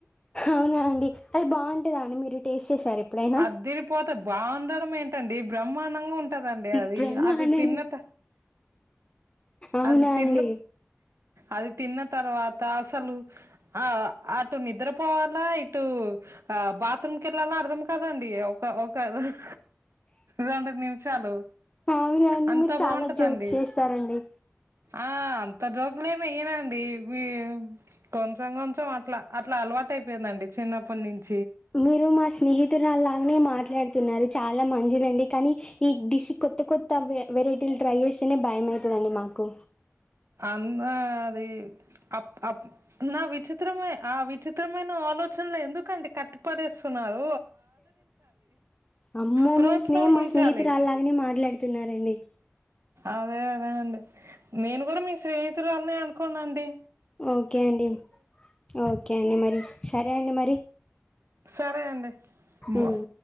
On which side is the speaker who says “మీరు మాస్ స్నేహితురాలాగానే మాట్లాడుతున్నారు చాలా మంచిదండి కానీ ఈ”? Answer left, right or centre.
Left